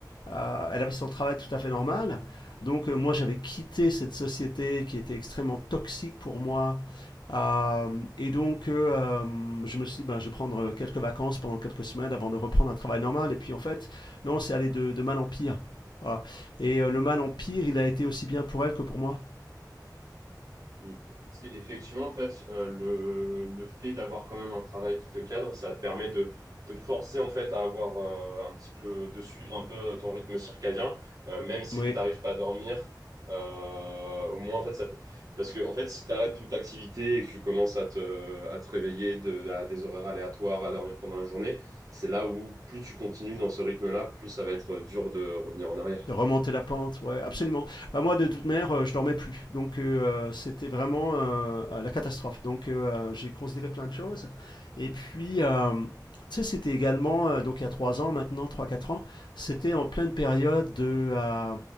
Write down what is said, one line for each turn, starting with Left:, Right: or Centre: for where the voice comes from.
Left: euh, elle avait son travail tout à fait normal. Donc euh, moi j'avais quitté cette société qui était extrêmement toxique pour moi. Euh, et donc euh, euh, je me suis dit, ben, je vais prendre quelques vacances pendant quelques semaines avant de reprendre un travail normal. Et puis en fait, non, c'est allé de, de mal en pire. Voilà. Et euh, le mal en pire, il a été aussi bien pour elle que pour moi.
Right: Mm. Parce qu'effectivement, en fait, euh, le, le fait d'avoir quand même un travail qui te cadre, ça te permet de te forcer en fait à avoir euh, un petit peu, de suivre un peu ton rythme circadien, euh, même si
Left: Oui.
Right: tu n'arrives pas à dormir. euh, au moins, en fait, ça te- parce que en fait, si tu arrêtes toute activité et que tu commences à te, à te réveiller de, à des horaires aléatoires, à dormir pendant la journée, c'est là où plus tu continues dans ce rythme-là, plus ça va être dur de revenir en arrière.
Left: De remonter la pente, ouais, absolument. Bah moi, de toute manière, euh, je dormais plus, donc euh, euh, c'était vraiment euh, euh, la catastrophe. Donc euh, euh, j'ai considéré plein de choses. Et puis, euh, tu sais, c'était également, euh, donc il y a trois ans maintenant, trois, quatre ans, c'était en pleine période de, euh,